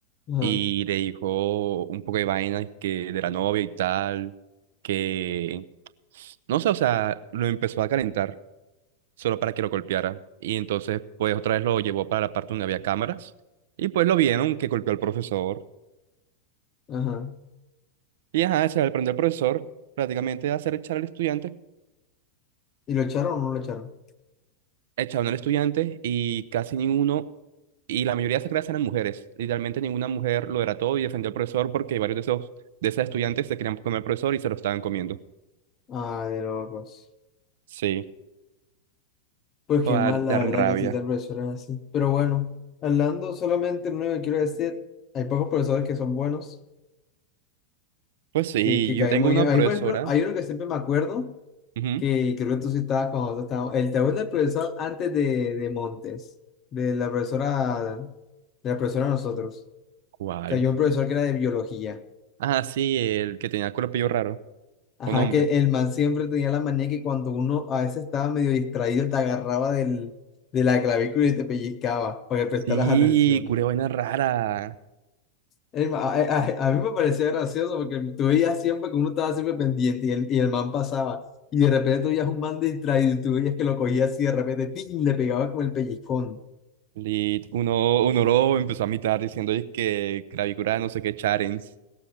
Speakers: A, on the left (about 30°); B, on the right (about 55°).
A: Ajá,
B: y le dijo un poco de vainas que de la novia y tal, que no sé, o sea, lo empezó a calentar solo para que lo golpeara. Y entonces, pues otra vez lo llevó para la parte donde había cámaras y pues lo vieron que golpeó al profesor.
A: ajá.
B: Y ajá, se le prendió al profesor prácticamente a hacer echar al estudiante,
A: ¿Y lo echaron o no lo echaron?
B: echaron al estudiante y casi ninguno, y la mayoría de esas clases eran mujeres. Literalmente ninguna mujer lo era todo y defendió al profesor porque varios de esos, de esas estudiantes se querían comer al profesor y se lo estaban comiendo.
A: Ah, de locos.
B: Sí.
A: Pues qué
B: O dar,
A: mal, la
B: dar
A: verdad,
B: rabia.
A: que existen tal así. Pero bueno, hablando solamente, lo único que quiero decir, hay pocos profesores que son buenos,
B: Pues sí,
A: que, que
B: yo
A: caen
B: tengo
A: muy
B: una
A: bien. A
B: profesora.
A: mí, por ejemplo, hay uno que siempre me acuerdo,
B: Ujú.
A: que creo que tú sí estabas cuando tú estabas, el tabú del profesor antes de, de Montes, de la profesora, de la profesora de nosotros,
B: ¿Cuál?
A: que había un profesor que era de biología.
B: Ah, sí, el que tenía cuerpillo raro.
A: Ajá,
B: Un hombre.
A: que el man siempre tenía la manía que cuando uno a veces estaba medio distraído, te agarraba del, de la clavícula y te pellizcaba para que prestaras
B: Sí,
A: atención.
B: curé vaina rara.
A: El ma- a, a- a mí me parecía gracioso porque tú veías siempre que uno estaba siempre pendiente y el, y el man pasaba. Y de repente tú veías un man distraído y tú veías que lo cogía así de repente, ¡tin! le pegaba con el pellizcón.
B: Lit. Uno, uno lo empezó a imitar diciendo es que cravicura no sé qué Charens.